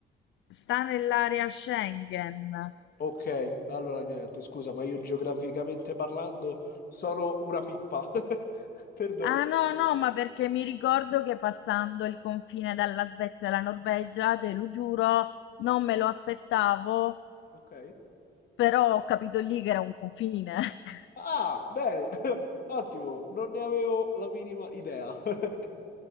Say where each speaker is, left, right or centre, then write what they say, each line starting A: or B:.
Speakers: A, on the left; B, on the left.
A: Sta nell'area Schengen.
B: Ok, allora niente, scusa, ma io geograficamente parlando sono una pippa. <laughs> Perdona.
A: Ah
B: Eh?
A: no, no, ma perché mi ricordo che passando il confine dalla Svezia alla Norvegia, te lo giuro, non
B: Sì,
A: me lo aspettavo,
B: Ok.
A: però ho capito lì che era un confine. <laughs>
B: Ah, bene, <laughs> ottimo, non ne avevo la minima idea. <laughs>